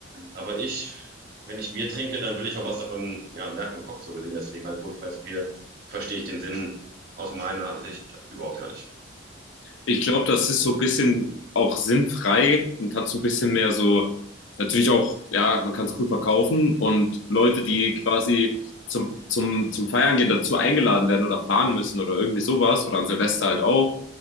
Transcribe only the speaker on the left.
ich glaube, das ist so ein bisschen auch sinnfrei und hat so ein bisschen mehr so, natürlich auch, ja, man kann es cool verkaufen und Leute, die quasi zum, zum, zum Feiern gehen, dazu eingeladen werden oder fahren müssen oder irgendwie sowas oder an Silvester halt auch,